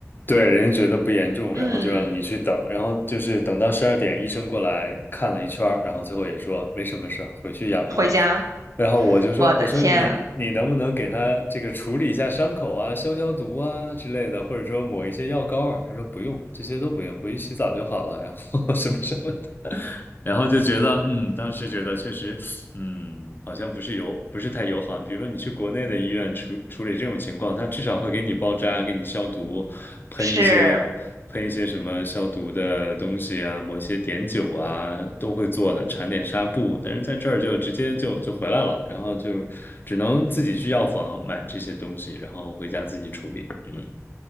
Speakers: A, on the left; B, on the right.
A: 对，人家觉得不严重，
B: 嗯，
A: 然后就让你去等，然后就是等到十二点，医生过来看了一圈儿，然后最后也说没什么事儿，回去养着吧。
B: 回家，
A: 然后我就说，
B: 我的天啊，
A: 我说你你能不能给他这个处理一下伤口啊，消消毒啊之类的，或者说抹一些药膏啊？他说不用，这些都不用，回去洗澡就好了，然后 <laughs> 什么什么的。然后就觉得，嗯，当时觉得确实，嗯，好像不是友，不是太友好。比如说你去国内的医院处处理这种情况，他至少会给你包扎、给你消毒，喷一些
B: 是。
A: 喷一些什么消毒的东西啊，抹些碘酒啊，都会做的，缠点纱布。但是在这儿就直接就就回来了，然后就只能自己去药房买这些东西，然后回家自己处理。嗯